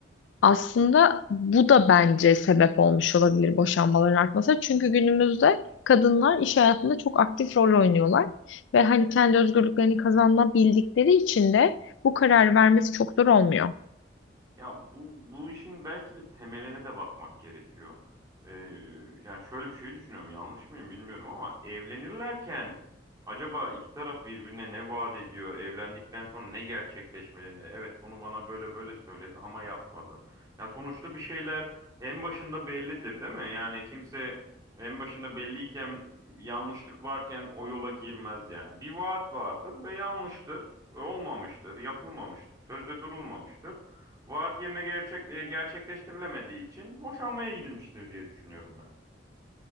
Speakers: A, on the left (about 80°); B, on the right (about 20°).
A: Aslında bu da bence sebep olmuş olabilir boşanmaların artmasına. Çünkü günümüzde kadınlar iş hayatında çok aktif rol oynuyorlar. Ve hani kendi özgürlüklerini kazanabildikleri için de bu karar vermesi çok zor olmuyor.
B: Ya bu, bu işin belki de temeline de bakmak gerekiyor. Ee, yani şöyle bir şey düşünüyorum, yanlış mıyım bilmiyorum ama evlenirlerken acaba iki taraf birbirine ne vaat ediyor, evlendikten sonra ne gerçekleşmelinde? Evet bunu bana böyle böyle söyledi ama yapmadı. Ya sonuçta bir şeyler en başında bellidir değil mi? Yani kimse en başında belliyken yanlışlık varken o yola girmez yani. Bir vaat vardır ve yanlıştır, olmamıştır, yapılmamıştır, sözde durulmamıştır. Vaat yerine gerçek, e, gerçekleştirilemediği için boşanmaya gidilmiştir diye düşünüyorum ben.